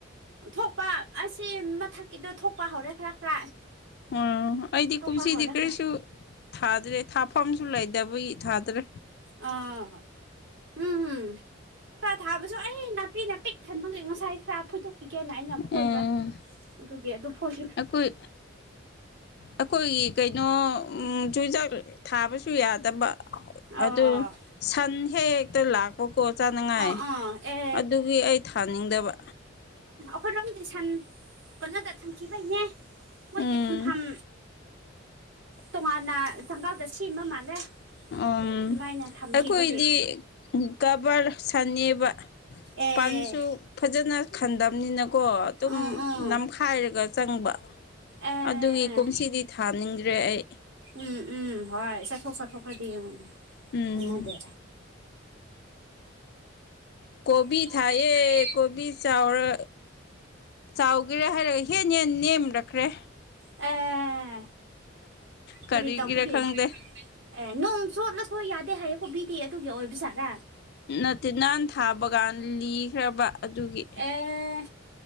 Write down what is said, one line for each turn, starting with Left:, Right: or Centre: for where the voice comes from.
Right: ꯊꯣꯛꯄ ꯑꯁꯤ ꯃꯊꯛꯀꯤꯗꯣ ꯊꯣꯛꯄ ꯍꯧꯔꯦ ꯈꯔ ꯈꯔ
Left: ꯑꯣ ꯑꯩꯗꯤ
Right: ꯊꯣꯛꯄ
Left: ꯀꯨꯝꯁꯤꯗꯤ
Right: ꯍꯧꯔꯈ꯭ꯔꯦ
Left: ꯀꯔꯤꯁꯨ ꯊꯥꯗ꯭ꯔꯦ ꯃꯐꯝꯁꯨ ꯂꯩꯗꯕꯨꯒꯤ ꯊꯥꯗ꯭ꯔꯦ
Right: ꯑꯥ ꯎꯝ ꯈꯔ ꯊꯥꯕꯁꯨ ꯑꯩ ꯅꯥꯄꯤ ꯅꯥ ꯄꯤꯛ ꯊꯟꯕꯦ ꯉꯁꯥꯏ ꯈꯔ ꯐꯣꯏꯊꯣꯛ ꯀꯤꯀꯦꯅ ꯑꯩꯅ ꯐꯣꯏꯕ
Left: ꯎꯝ
Right: ꯑꯗꯨꯒꯤ ꯑꯗꯨ ꯐꯣꯏ
Left: ꯑꯩꯈꯣꯏ ꯑꯩꯈꯣꯏꯒꯤ ꯀꯩꯅꯣ ꯆꯨꯖꯥꯛ ꯊꯥꯕꯁꯨ ꯌꯥꯗꯕ
Right: ꯑꯥ
Left: ꯑꯗꯨ ꯁꯟ ꯍꯦꯛ ꯍꯦꯛꯇ ꯂꯥꯛꯄꯀꯣ ꯆꯥꯅꯉꯥꯏ
Right: ꯑꯥ ꯑꯥ ꯑꯦ
Left: ꯑꯗꯨꯒꯤ ꯑꯩ ꯊꯥꯅꯤꯡꯗꯕ
Right: ꯈꯨꯝ ꯂꯤꯗꯤꯁꯟ ꯀꯩꯅꯣꯗ ꯊꯝꯈꯤꯕꯩꯅꯦ ꯃꯣꯏꯒꯤ
Left: ꯎꯝ
Right: ꯊꯝꯐꯝ ꯇꯣꯉꯥꯟꯅ ꯖꯪꯒꯥꯜꯗ ꯁꯦꯝꯕ ꯃꯥꯜꯂꯦ
Left: ꯎ ꯑꯩꯈꯣꯏꯗꯤ
Right: ꯑꯗꯨꯃꯥꯏꯅ ꯊꯝꯈꯤꯕꯒꯤ
Left: ꯀꯕꯔ ꯁꯟꯅꯕ
Right: ꯑꯦ
Left: ꯄꯜꯁꯨ ꯐꯖꯅ ꯈꯟꯗꯕꯅꯤꯅꯀꯣ ꯑꯣ ꯑꯗꯨꯝ
Right: ꯎꯝ ꯎꯝ
Left: ꯅꯝꯈꯥꯏꯔꯒ ꯆꯪꯕ
Right: ꯑꯦ
Left: ꯑꯗꯨꯒꯤ ꯀꯨꯝꯁꯤꯗꯤ ꯊꯥꯅꯤꯡꯗ꯭ꯔꯦ ꯑꯩ
Right: ꯎꯝ ꯎꯝ ꯍꯣꯏ ꯆꯠꯊꯣꯛ ꯆꯠꯊꯣꯛ ꯍꯥꯏꯗꯤꯡꯉ
Left: ꯎꯝ
Right: ꯈꯥꯟꯅꯗꯦ
Left: ꯀꯣꯕꯤ
Right: ꯀꯣꯄꯤ
Left: ꯊꯥꯏꯌꯦ
Right: ꯍꯥꯏ
Left: ꯀꯣꯕꯤ ꯆꯥꯎꯔ ꯆꯥꯎꯒꯦꯔꯥ ꯍꯥꯏꯔꯒ ꯍꯦꯟ ꯍꯦꯟ ꯅꯦꯝꯔꯛꯈ꯭ꯔꯦ
Right: ꯍ ꯑꯥ
Left: ꯀꯔꯤꯒꯤꯔ
Right: ꯀꯔꯤ ꯇꯕꯨꯒꯦ
Left: ꯈꯪꯗꯦ
Right: ꯑꯦ ꯅꯣꯡꯁꯨꯠꯂ ꯍꯣꯏ ꯌꯥꯗꯦ ꯍꯥꯏꯌꯦꯀꯣ ꯕꯤꯗꯤ ꯑꯗꯨꯒꯤ ꯑꯣꯏꯕ ꯁꯥꯥꯒ
Left: ꯅꯠꯇꯦ ꯅꯥꯟ ꯊꯥꯕꯒꯥꯟ ꯂꯤꯈ꯭ꯔꯕ ꯑꯗꯨꯒꯤ
Right: ꯑꯦ